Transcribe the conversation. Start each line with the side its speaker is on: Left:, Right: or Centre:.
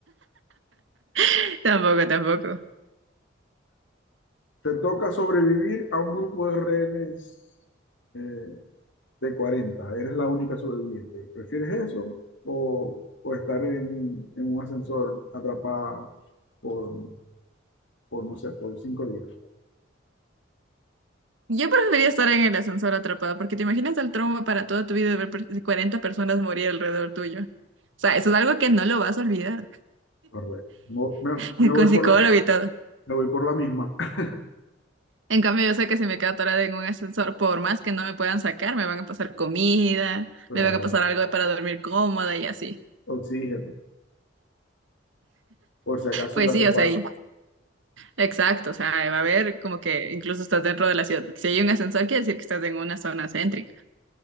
Right: <laughs> Tampoco, tampoco.
Left: Te toca sobrevivir a un grupo de rehenes eh, de cuarenta eres la única sobreviviente. ¿Prefieres eso o, o estar en, en un ascensor atrapada por, por, no sé, por cinco días?
Right: Yo preferiría estar en el ascensor atrapada, porque te imaginas el trauma para toda tu vida de ver per- 40 personas morir alrededor tuyo. O sea, eso es algo que no lo vas a olvidar,
Left: Correcto. Mo- Me,
Right: <laughs>
Left: me voy
Right: con psicólogo
Left: por,
Right: y todo.
Left: me voy por la misma. <laughs>
Right: En cambio, yo sé que si me quedo atorada en un ascensor, por más que no me puedan sacar, me van a pasar comida,
Left: O
Right: me
Left: sea,
Right: van a pasar algo para dormir cómoda y así.
Left: oxígeno, por si acaso
Right: Pues
Left: te hace
Right: sí, o
Left: falta.
Right: sea, y- exacto, o sea, va a haber como que incluso estás dentro de la ciudad, porque si hay un ascensor, quiere decir que estás en una zona céntrica.